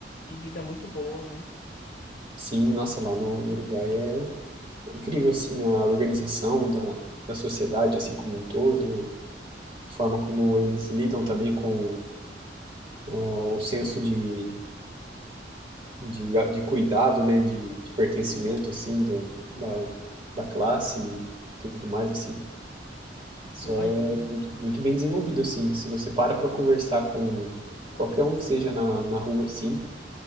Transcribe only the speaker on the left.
de vida muito boa, né?
Imagino.